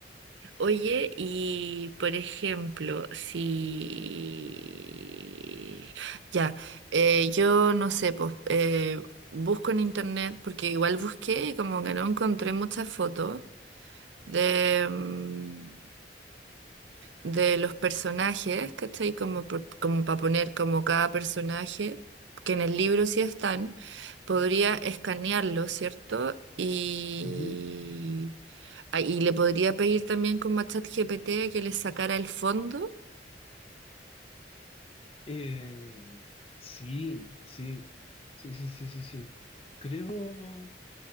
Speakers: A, on the right (about 80°); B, on the left (about 35°).
A: Oye, y por ejemplo, si ya, eh, yo no sé, pues eh, busco en internet, porque igual busqué y como que no encontré muchas fotos de, mm, de los personajes, ¿cachai? Como, por- como para poner como cada personaje, que en el libro sí están, podría escanearlo, ¿cierto? Y
B: Ujú.
A: Ah, Y le podría pedir también como a ChatGPT que le sacara el fondo.
B: Eh, sí, sí, sí, sí, sí, sí, sí. Creo,